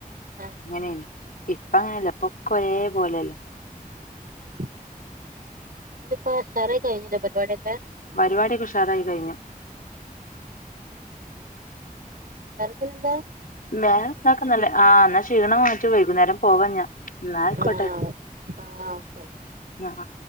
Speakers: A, on the right (about 75°); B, on the left (about 70°).
A: ആഹ്
B: അങ്ങനെനി ഇപ്പ അങ്ങനെല്ല ഇപ്പൊക്കെ ഒരേ പോലെയല്ലേ
A: <unintelligible> പ സറേ കഴിഞ്ഞീലെ പരിവാട്യൊക്കെ
B: പരിവാട്യൊക്കെ ഉഷാറായി കഴിഞ്ഞു
A: നറതിലെന്താ
B: വേറെ എന്താക്കുന്നല്ലേ ആ ന്നാ ക്ഷീണം മാറ്റു വൈകുന്നേരം പോവാ ഞാൻ ന്നാ ആയിക്കോട്ടെ
A: ആഹ് ആഹ് ഓക്കെ ഓക്കെ
B: ആഹ് ആഹ്